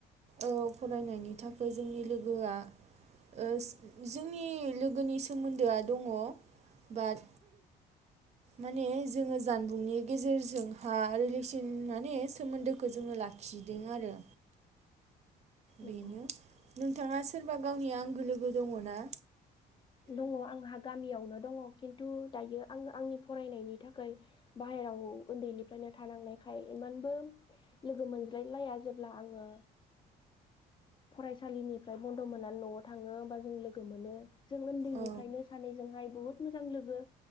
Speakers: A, on the right; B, on the left.
A: औ फरायनायनि थाखाय जोंनि लोगोआ ओस जोंनि लोगोनि सोमोन्दोआ दङ बाथ माने जोङो जानबुंनि गेजेरजोंहा रिलेसन माने सोमोन्दोखौ जोङो लाख खिदों आरो।
B: नंगौ
A: बेनो नोंथाङा सोरबा गावनि आंगो लोगो दङ ना?
B: दङ आंहा गामियावनो दङ खिन्थु दायो आङो आंनि फरायनायनि थाखै बाहेराव ओन्दैनिफ्रायनो थानांनायखाय इमानबो लोगो मोनज्लायलाया जेब्ला आङो फरायसालिनिफ्राय बन्द' मोननानै न'आव थाङो ओमबा जों लोगो मोनो। जों ओन्दैनिफ्रायनो
A: औ
B: सानैजोंहाय बुहुत मोजां लोगो।